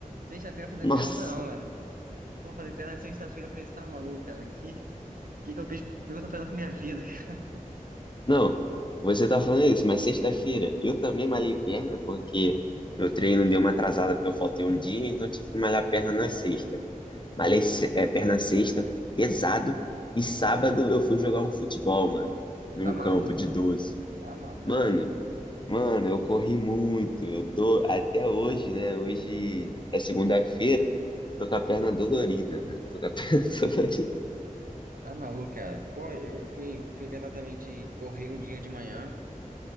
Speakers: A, on the right (about 85°); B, on the left (about 35°).
A: sexta-feira fazer
B: Nossa!
A: perna não dá não, mano. Pô, fazer perna sexta-feira, eu falei, você tá maluco, cara? Que, que que eu fiz? O que eu tô fazendo com minha vida? <laughs> cara?
B: Não, você tá falando isso, mas sexta-feira eu também malhei perna porque meu treino deu uma atrasada porque eu faltei um dia, então eu tive que malhar perna na sexta. Malhei se- eh, perna sexta, pesado, e sábado eu fui jogar um futebol, mano, num
A: Tá maluco?
B: campo de 12.
A: Tá maluco?
B: Mano, Mano, eu corri muito. Eu tô até hoje, né? Hoje é segunda-feira. Tô com a perna dolorida, mano. Tô com a <laughs> perna dolorida.
A: Tá maluco, cara. Pô, eu fui, fui imediatamente correr um dia de manhã.